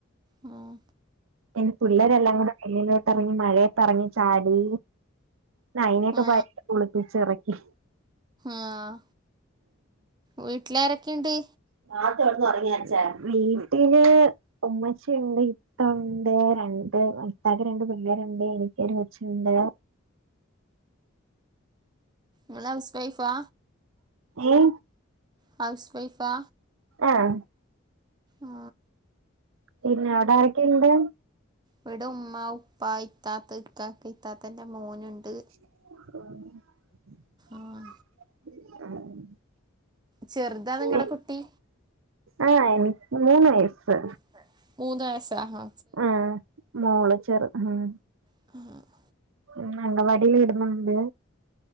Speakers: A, on the right; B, on the right.
A: ഉം
B: പിന്ന പിള്ളരെല്ലാം കൂടെ വെളിലോട്ടിറങ്ങി മഴയത്ത് ഇറങ്ങി ചാടി ന്നാ അയിനൊക്കെ
A: ആ
B: പയ് കുളിപ്പിച്ച് ഇറക്കി.
A: ആഹ് വീട്ട്ലാരൊക്കെണ്ട്?
B: <unintelligible> വീട്ടില് ഉമ്മച്ചിണ്ട് - ണ്ട് രണ്ട് വത്താക്ക് രണ്ട് പിള്ളേരുണ്ട് എനിക്കരു കൊച്ചുണ്ട്.
A: ങ്ങളെ ഹൗസ് വൈഫാ.
B: ഏഹ്.
A: ഹൗസ് വൈഫാ.
B: ആഹ്.
A: ആ
B: പിന്ന അടെ ആരൊക്കെണ്ട്?
A: വിടുമ്മ, ഉപ്പ, ഇത്താത്ത, ഇക്കക്ക ഇത്താത്തന്റെ മോനുണ്ട്.
B: <inaudible>
A: ആഹ്.
B: എ.
A: ചെറുതാ നിങ്ങളെ
B: വി
A: കുട്ടി
B: അ അയ്ന് മൂന്ന് വയസ്സ്.
A: എ മുന്നുവയസ ഹാ.
B: ആഹ് മോള് ചെറു ഉം.
A: <inaudible>
B: ഉം. അംഗവാടില് വിടുന്നുണ്ട്.